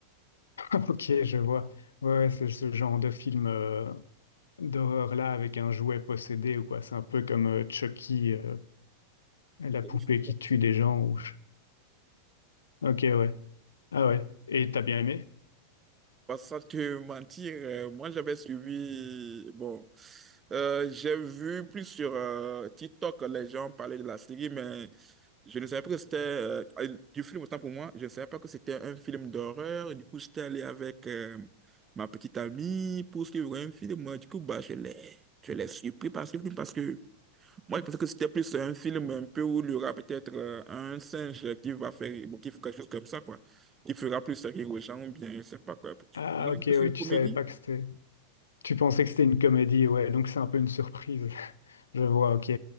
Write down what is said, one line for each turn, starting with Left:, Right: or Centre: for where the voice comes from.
Left: <laughs> Ok, je vois. Ouais, ouais, c'est ce genre de film euh, d'horreur là avec un jouet possédé ou quoi. C'est un peu comme euh, Chucky, euh, la
Right: Effectivement.
Left: poupée qui tue des gens. Ou... Ok, ouais. Ah ouais. Et t'as bien aimé?
Right: Bah, sans te mentir, euh, moi j'avais suivi, bon, euh, j'ai vu plus sur euh, TikTok les gens parler de la série, mais je ne savais pas que c'était euh, euh, du film autant pour moi, je ne savais pas que c'était un film d'horreur. Du coup, j'étais allé avec euh, ma petite amie pour suivre un film. Du coup, bah, je l'ai, je l'ai surpris par ce film parce que moi, je pensais que c'était plus un film un peu où il y aura peut-être euh, un singe qui va faire, bon, qui fera quelque chose comme ça, quoi. Qui fera plus rire aux gens, ou bien, je sais pas quoi.
Left: Ah
Right: Donc,
Left: ok, ouais,
Right: C'est une
Left: tu
Right: comédie.
Left: savais pas que c'était... Tu pensais que c'était une comédie, ouais, donc c'est un peu une surprise. <laughs> Je vois, ok.